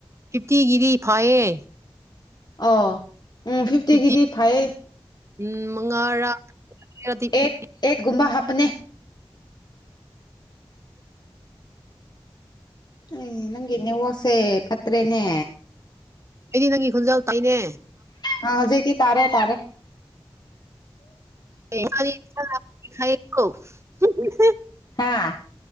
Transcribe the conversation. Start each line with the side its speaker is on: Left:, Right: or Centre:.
Right: ꯐꯤꯞꯇꯤꯒꯤꯗꯤ ꯐꯥꯏꯌꯦ
Left: ꯑꯧ ꯎꯝ ꯐꯤꯐꯇꯤꯒꯤꯗꯤ
Right: ꯐꯤꯐꯇꯤ
Left: ꯐꯥꯏꯌꯦ
Right: ꯎꯝ ꯃꯉꯥꯔꯥ ꯔꯗꯤ ꯄꯤ
Left: ꯑꯩꯠ ꯑꯦꯠ ꯒꯨꯝꯕꯥ ꯍꯥꯞꯄꯅꯦ ꯑꯦ ꯅꯪꯒꯤ ꯅꯦꯋꯥꯛꯁꯦ ꯐꯠꯇ꯭ꯔꯦꯅꯦ꯫
Right: ꯑꯩꯗꯤ ꯅꯪꯒꯤ ꯈꯣꯟꯖꯦꯜ ꯇꯥꯏꯅꯦ꯫
Left: ꯑ ꯍꯧꯖꯤꯛꯇꯤ ꯇꯥꯔꯦ ꯇꯥꯔꯦ꯫
Right: <unintelligible>
Left: ꯍꯥꯥ